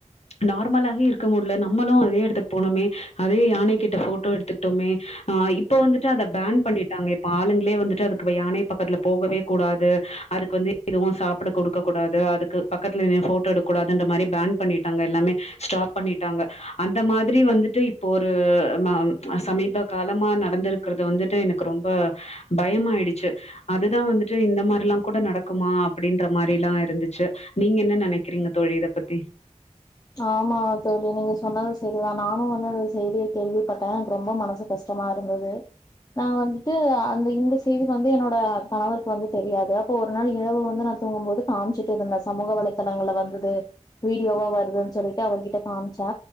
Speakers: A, on the left; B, on the left.
A: நார்மலாவே இருக்க முட்ல நம்மளு அதே எடத்துக்கு போனோமே அதே யானை கிட்ட போட்டோ எடுத்துக்கிட்டோமே ஆ இப்ப வந்துட்டு அத பேன் பண்ணிட்டாங்க இப்ப ஆளுங்ளே வந்துட்டு அதுக்கு யானை பக்கத்துல போகவே கூடாது அதுக்கு வந்து எதுவு சாப்ட கொடுக்க கூடாது அதுக்கு பக்கத்துல நின் போட்டோ எடுக்கூடாதுன்ற மாரி பேன் பண்ணிட்டாங்க எல்லாமே ஸ்டாப் பண்ணிட்டாங்க அந்த மாதிரி வந்துட்டு இப்போ ஒரு ம சமீப காலமா நடந்திருக்றது வந்துட்டு எனக்கு ரொம்ப பயமாயிடுச்சு அதுதா வந்துட்டு இந்த மார்ல்லா கூட நடக்குமா அப்டின்ற மாரில்லா இருந்துச்சு நீங்க என்ன நெனைக்றீங்க தோழி இத பத்தி
B: ஆமா தோழி நீங்க சொன்னது சரிதா நானு வந்து அந்த செய்திய கேள்வி பட்டே எனக்கு ரொம்ப மனசுக் கஷ்டமாருந்தது நா வந்துட்டு அந்த இந்த சைய்டு வந்து என்னோட கணவருக்கு வந்து தெரியாது அப்ப ஒரு நாள் இரவு வந்து நா தூங்கும்போது காமிச்சுட்டு இருந்தே சமூக வளை தளங்கள்ல வந்தது வீடியோவா வருதுன் சொல்லிட்டு அவர்கிட்ட காமிச்சே